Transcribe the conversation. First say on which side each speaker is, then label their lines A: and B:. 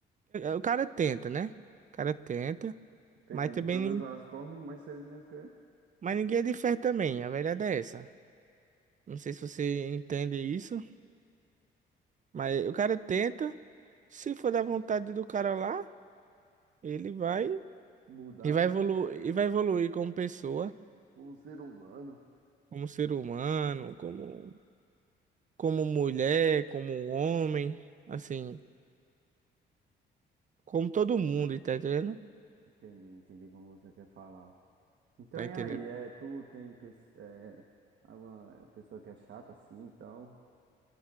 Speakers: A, on the right (about 40°); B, on the right (about 70°).
A: o cara tenta, né? O cara tenta,
B: Tenta
A: mas também,
B: de todas
A: nin-
B: as formas, mas se ele não quer.
A: mas ninguém é de fé também, a verdade é essa. Não sei se você entende isso, mas o cara tenta, se for da vontade do cara lá, ele vai
B: mudar,
A: e vai evoluir,
B: né?
A: e vai evoluir como pessoa,
B: Como ser humano.
A: como ser humano, como como mulher, como homem, assim, como todo mundo, tá entendendo?
B: Entendi, entendi como você quer falar. Então,
A: Tá
B: e
A: entendendo?
B: aí, é, tu tem pe- é, alguma pessoa que é chata assim e tal?